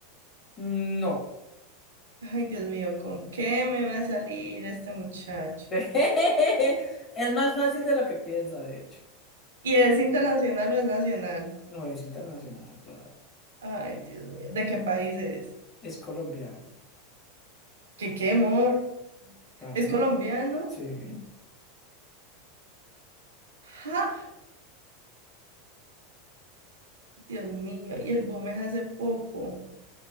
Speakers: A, on the left; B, on the right.
A: No.
B: Ay, Dios mío, ¿con qué me va a salir este muchacho?
A: <laughs> Es más fácil de lo que piensa, de hecho.
B: ¿Y es internacional o es nacional?
A: No es internacional, claro.
B: Ay, Dios mío, ¿de qué país es?
A: Es colombiano.
B: ¿Qué, qué amor?
A: Claro,
B: ¿Es colombiano?
A: sí.
B: ¡Ja! Dios mío, y el boom es hace poco,